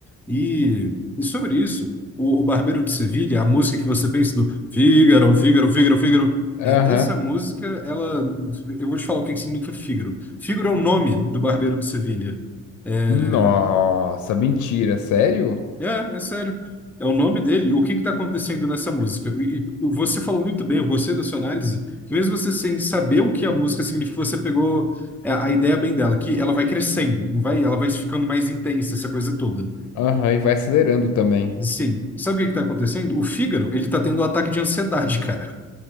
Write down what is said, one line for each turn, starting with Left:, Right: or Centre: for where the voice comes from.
Centre: E, e sobre isso, o, o Barbeiro de Sevilha, a música que você pensa do Fígaro, Fígaro, Fígaro, Fígaro,
Left: Aham.
Centre: é, essa música, ela... Eu vou te falar o que que significa Fígaro. Fígaro é o nome do Barbeiro de Sevilha. É,
Left: Nossa, mentira, sério?
Centre: é é sério. É o nome dele. O que está acontecendo nessa música? E, e você falou muito bem, eu gostei da sua análise. que Mesmo você sem saber o que a música significa, você pegou a, a ideia bem dela, que ela vai crescendo, não vai? Ela vai ficando mais intensa, essa coisa toda.
Left: Aham, e vai acelerando também.
Centre: Sim. Sabe o que está acontecendo? O Fígaro, ele tá tendo um ataque de ansiedade, <laughs> cara.